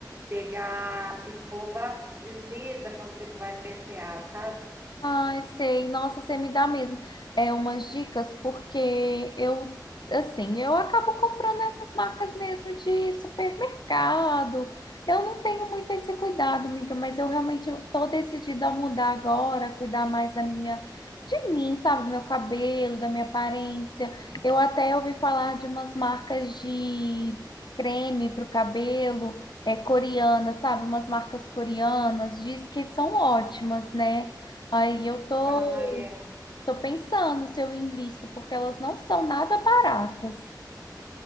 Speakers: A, on the right; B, on the left.
A: pegar escova, desliza quando você vai pentear, sabe?
B: Ai, sei. Nossa, você me dá mesmo é umas dicas porque eu assim, eu acabo comprando essas marcas mesmo de supermercado. Eu não tenho muito esse cuidado, amiga, mas eu realmente eu tô decidida a mudar agora, cuidar mais da minha de mim, sabe, do meu cabelo, da minha aparência. Eu até ouvi falar de umas marcas de creme para o cabelo, é coreana, sabe, umas marcas coreanas, diz que são ótimas, né? Aí eu tô,
A: Ai, é.
B: tô pensando se eu invisto, porque elas não são nada baratas.